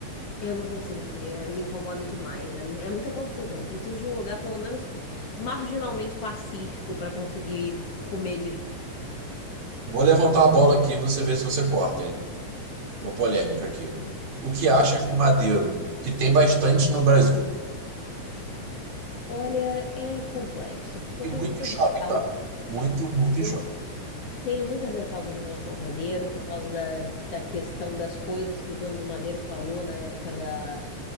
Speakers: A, on the left; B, on the right.
A: Eu não consigo também, é- me incomoda demais. É, mu- é muita confusão. Eu Preciso de um lugar, pelo menos, marginalmente pacífico para conseguir comer direito.
B: Vou levantar a bola aqui e você vê se você corta, hein? Uma polêmica aqui. O que achas
A: Fala comigo.
B: do Madeiro? Que tem bastante no Brasil.
A: Olha, é complexo, porque
B: E
A: eu
B: muito
A: tenho muitas
B: em shopping,
A: ressalvas.
B: tá? Muito, muito em
A: Eu
B: shopping.
A: tenho muitas ressalvas em relação ao Madeiro, por causa da, da questão das coisas que o dono do Madeiro falou na época da